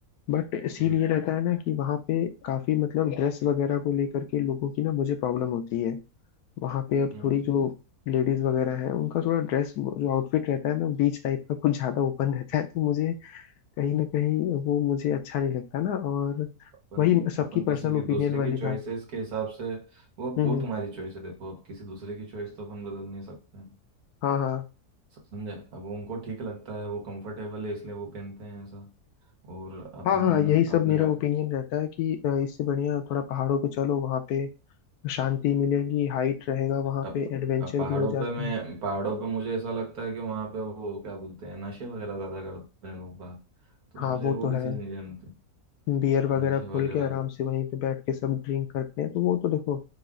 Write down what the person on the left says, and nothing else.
बट सीन
ये रहता है ना कि वहाँ पे काफी मतलब ड्रेस वगैरह को लेकर के लोगों की ना मुझे प्रॉब्लम होती है वहां पे अब
थोड़ी जो लेडीज वगैरह है उनका थोड़ा ड्रेस जो आउटफिट रहता है ना बीच टाइप का कुछ ज्यादा ओपन रहता है तो मुझे कहीं ना कहीं वो मुझे अच्छा नहीं लगता ना और
वही सबकी
पर्सनल
ओपिनियन
वाली
बात
हम्म
हम्म,
हाँ हाँ
हाँ हाँ यही सब
मेरा
ओपिनियन रहता है कि अ, इससे बढ़िया थोड़ा पहाड़ों पे चलो वहाँ पे शांति मिलेगी हाइट रहेगा वहाँ
पे एडवेंचर
भी हो जाता
है
हाँ
वो
तो
है
बियर वगैरह
खोल
के आराम से वहीं पे बैठ के सब ड्रिंक करते हैं तो वो तो देखो